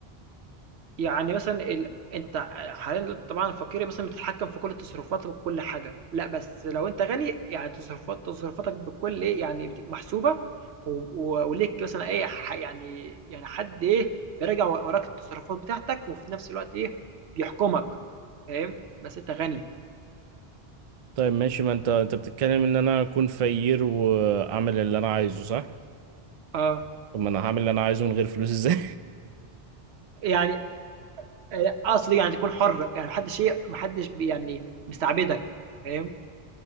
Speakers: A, on the right; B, on the right.
A: يعني مثلًا ال أنت حاليًا طبعًا الفقير مثلًا بتتحكم في كل تصرفاتك وكل حاجة، لأ بس لو أنت غني يعني تصرفات تصرفاتك بكل إيه يعني بت محسوبة و و وليك مثلًا إيه ح يعني يعني حد إيه بيراجع و وراك التصرفات بتاعتك، وفي نفس الوقت إيه بيحكمك فاهم؟ بس أنت غني
B: طيب ماشي ما انت انت بتتكلم ان انا اكون فقير واعمل اللي انا عايزه صح
A: آه
B: طب ما انا هعمل اللي انا عايزه من غير فلوس ازاي
A: يعني آآ قصدي يعني تكون حر يعني ما حدش إيه ما حدش ب يعني مستعبدك فاهم؟